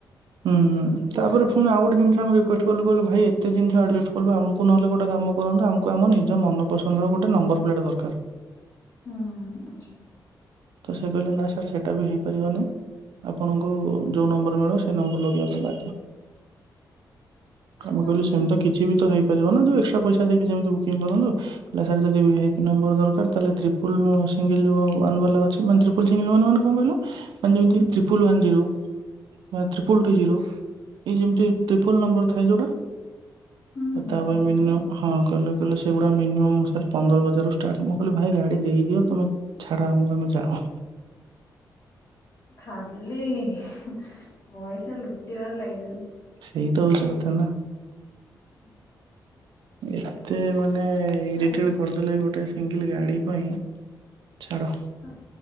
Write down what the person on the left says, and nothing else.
ହୁଁ ଆଚ୍ଛା।
ହଁ
ଛାଡ
ହୁଁ
ହୁଁ ହେଇଥିବ
ମୁଁ
ଜାଣିନି
ଖାଲି ପଇସା ଲୁଟିବାରେ ଲାଗିଚନ୍ତି।
ହୁଁ
ପଇସାର
ଇସୁ
ହଁ